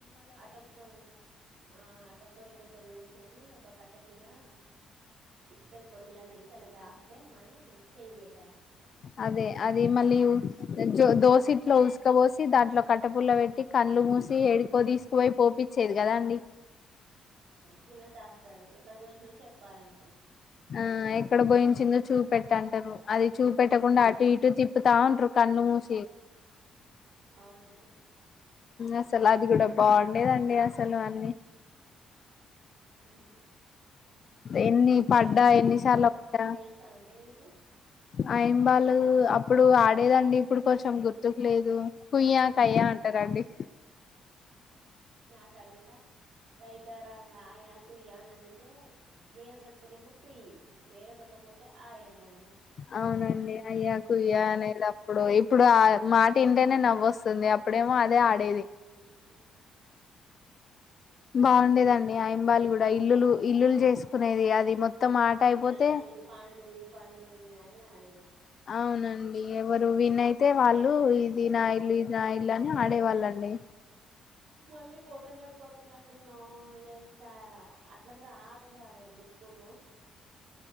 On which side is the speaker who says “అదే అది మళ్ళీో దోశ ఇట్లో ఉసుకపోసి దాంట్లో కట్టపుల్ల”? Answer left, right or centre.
Left